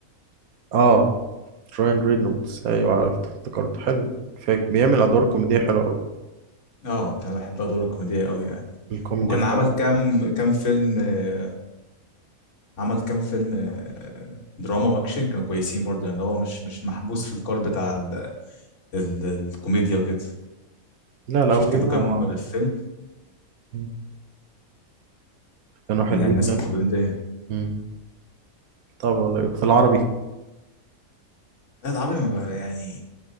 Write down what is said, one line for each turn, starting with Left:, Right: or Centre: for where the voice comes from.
Right: اه راين رينولدز ايوه عرفت افتكرت حلو فاك بيعمل ادوار كوميديه حلوه قوي
Left: اه أنا بحب أدواره الكوميدية أوي يعني
Right: الكوميدي
Left: وكان
Right: بتاعه
Left: عمل كام كام فيلم آه عمل كام فيلم آه، دراما وأكشن كانوا كويسين برضه يعني هو مش مش محبوس في القالب بتاع ال ال الكوميديا وكده
Right: لا لا
Left: شفت
Right: هو بينوع
Left: له كام فيلم
Right: مم. كانوا حلوين
Left: من يعني الناس
Right: يعني
Left: المفضلين زي
Right: مم. طب والله في العربي
Left: لا ده عربي ما ب- يعني